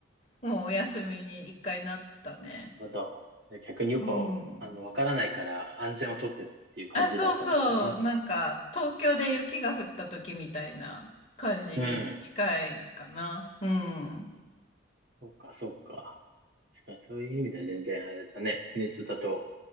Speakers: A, on the left; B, on the right.
A: もうお休みに一回なったね。
B: まだ、逆によくわ、
A: うん。
B: あの、わからないから安全をとってっていう感じだったのかな。
A: あ、そうそう、なんか東京で雪が降った時みたいな感じに近いかな。
B: うん。
A: うん。
B: そうか、そうか。確かにそういう意味では全然あれだね。国にだと